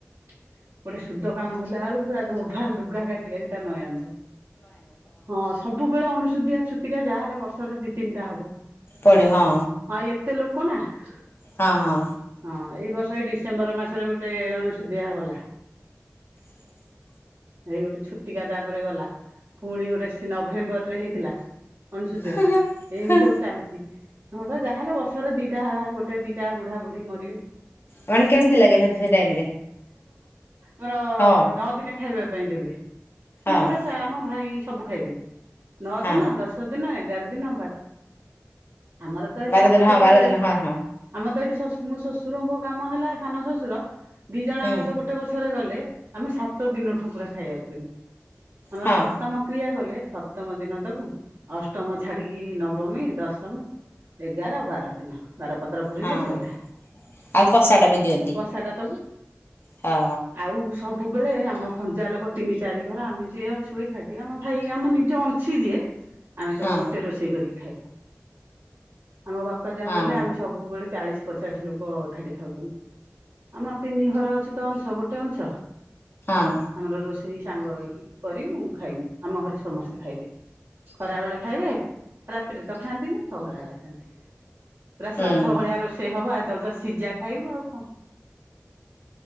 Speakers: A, on the right; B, on the left.
A: ଗୋଟେ ସୁଧ କାମ ହେଲା ବେଳକୁ ପୁରା ଧୋବା ଲୁଗା କାଚି କାଚି ତା ନୟାନ୍ତ। ହଁ ସବୁବେଳେ ଅଣୁସୁଧିଆ, ଛୁତିକିଆ ଯାହା ହେଲେ ବର୍ଷରେ ଦି ତିନିଟା ହବ।
B: ପଡେ ହଁ।
A: ହଁ ଏତେ ଲୋକ ନା <unintelligible>
B: ହଁ ହଁ
A: ହଁ ଏଇ ବର୍ଷ ସେଇ ଡିସେମ୍ବର ମାସରେ, ଗୋଟେ ଅଣଶୋଧିଆ ଗଲା।
B: <inaudible>
A: ଏଇ ଗୋଟେ ଛୁତିକା, ତାପରେ ଗଲା ।ପୁଣି ଗୋଟେ ନଭେମ୍ବର ରେ ହେଇଥିଲା। ଅଣସୁଦିଆ।
B: ହଁ ହଁ
A: ଏମିତି
B: ହଁ
A: ସବୁ ଚାଲିଛି ।ହଁ ବା, ଯାହାହେଲେ ବର୍ଷର ଦିଟା ଗୋଟେ ଦିଟା ବୁଢା, ବୁଢୀ ମରିବେ।
B: ମାନେ, କେମିତି ଲାଗେ ।ସେ ଟାଇମ ରେ।
A: ମୋର
B: ହଁ
A: ନଅ ଦିନେ, ଖାଇବା ପାଇଁ ଦେବେ। ମାନେ,
B: ହଁ
A: ପୁରା ଆମ ଭାଇ ସବୁ ଖାଇବେ। ନଅ
B: ହଁ
A: ଦିନ, ଦଶ ଦିନ, ଏଗାର ଦିନ ଆମର ତ ହେଲେ,
B: ବାର
A: ଆମ
B: ଦିନ
A: ତ
B: ହଁ
A: ତଠ,
B: ବାର ଦିନ ହଁ ହଁ
A: ଆମ ତ ଏଇଠି ଶଶ ମୁଁ ଶଶ <unintelligible> ଶ୍ୱଶୁରଙ୍କ କାମ ହେଲା, ସାନ ଶଶୁର ।ଦି ଜଣ
B: ହୁଁ
A: ଯାକ ତ, ଗୋଟେ ବର୍ଷରେ ଗଲେ। ଆମେ ସାତ ଦିନଠୁ ପୁରା ଖାଇବାକୁ ଦେଲୁ। ଆମର
B: ହଁ
A: ସପ୍ତମ କ୍ରିୟା କଲେ। ସପ୍ତମ ଦିନ ଦବୁ, ଅଷ୍ଟମ ଛାଡିକି ନବମୀ, ଦଶମୀ, ଏଗାର, ବାର ଦିନ। ବାରପତ୍ର ପୁୁରିଲେ,
B: ହଁ
A: ସଇଲା।
B: ଆଉ କଷା ଟା ବି ଦିଅନ୍ତି
A: କଷା ଟା ଦବୁ।
B: ହଁ
A: ଆଉ ସବୁବେଳେ ଆମ ଖଞ୍ଜା ଲୋକ ତିନି, ଚାରି ଘର ।ଆମେ ଯିଏ ଅଛୁ ଏକାଠି ।ଆମ ଭାଇ, ଆମ ନିଜ ଅଂଶ ଯିଏ ଆମେ ସବୁ
B: ହଁ
A: ଗୋଟେ ରୋଷେଇ କରିକି ଖାଇବୁ। ଆମ ବାପା ଜଉ
B: ହଁ
A: ମଲେ ।ଆମେ ସବୁବେଳେ ଚାଳିଶ ପଚାଶି ଲୋକ ଏକାଠି ଖାଉଥୁଲୁ। ଆମ ତିନି ଘର ଅଛୁତ, ଅଂଶ ଗୋଟେ ଅଂଶ।
B: ହଁ।
A: ଆମର ରୋଷେଇ ସାଙ୍ଗ ହେଇକି କରିବୁ, ଖାଇବୁ ।ଆମ ଘରେ ସମସ୍ତେ ଖାଇବେ। ଖରା ବେଳେ ଖାଇବେ ରାତିରେ ତ ଖାଆନ୍ତିନି, ଖରା ବଳେ ଖାଆନ୍ତି। ପୁରା
B: ହୁଁ
A: ଶ୍ରାଦ୍ଧ ଭଳିଆ ରୋଷେଇ ସେଇ ହବ। ଏତେବେଳେ ତ ସିଝା ଖାଇବୁ ଆଉ କଣ?